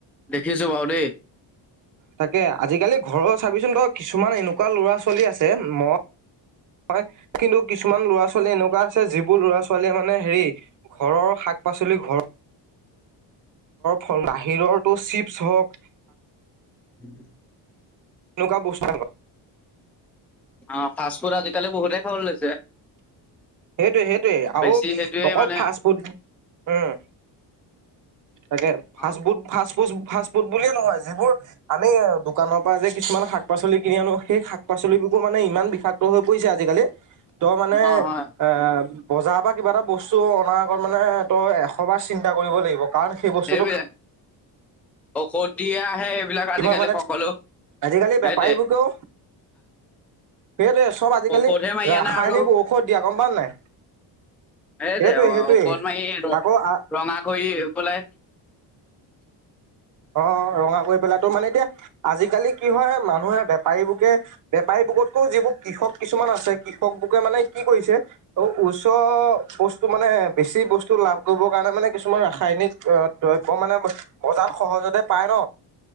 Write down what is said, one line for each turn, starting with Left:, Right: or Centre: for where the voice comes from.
Centre: দেখিছো বাৰু দেই
Right: তাকে আজিকালি ঘৰৰ চাবিচোন তই, কিছুমান এনেকুৱা ল'ৰা ছোৱালী আছে ম হয় কিন্তু কিছু কিছুমান ল'ৰা ছোৱালী এনেকুৱা আছে যিবোৰ ল'ৰা ছোৱালীয়ে মানে হেৰি ঘৰৰ শাক পাচলি ঘৰৰ ফল বাহিৰটো চিপছ হওঁক
Centre: উম
Right: এনকা বস্ত
Centre: অ ফাষ্ট ফুড আজিকালি বহুতে খাবলৈ লৈছে।
Right: সেইটোৱে সেইটোৱে আৰু
Centre: বেছি সেইটোয়ে
Right: অকল
Centre: মানে
Right: ফাষ্ট ফুড উম! তাকে ফাবুড
Centre: অ
Right: ফ ফাষ্ট ফুড বুলিয়ে নহয় যিবোৰ আমি দোকানৰ পৰা যে কিছুমান শাক পাচলি কিনি আনো সেই শাক পাচলি পাচলিবকো মানে ইমান বিষাক্ত হৈ পৰিছে আজিকালি তই মানে
Centre: অ হয়
Right: এ বজাৰৰ পৰা কিবা এটা বস্তু অনাৰ আগত মানে তই এ সবাৰ চিন্তা কৰিব লাগিব কাৰণ সেই বস্তুটো
Centre: সেইবিলাক ঔষধ দিয়া আহে এইবিলাক
Right: খাই
Centre: আজিকালি
Right: হয় মানে
Centre: সকলো
Right: আজিকালি
Centre: সেইটোৱে।
Right: বেপাৰীবোৰকেও সেইটোৱে চব আজিকালি
Centre: ঔষধে মাৰি
Right: ৰাসায়নিক
Centre: আনে আৰু
Right: ঔষধ দিয়া গম পাও নাই।
Centre: সেই
Right: সেইটোৱে
Centre: যে অ
Right: সেইটোৱে
Centre: অকন মান
Right: আকৌ
Centre: ৰঙা কৰি পেলাই
Right: অ ৰঙা কৰি পেলা তো মানে এতিয়া আজিকালি কি হয় মানুহে বেপাৰীবোৰ বেপাৰী বুকতকৈ যিবোৰ কৃষক কিছুমান আছে কৃষক বুকে মানে কি কৰিছে অ ওচৰ বস্তু মানে বেছি বস্তু লাভ কৰিবৰ কাৰণে মানে কিছুমান ৰাসায়নিক অ দ্ৰব্য মানে <unintelligible> বজাৰ সহজতে পাই ন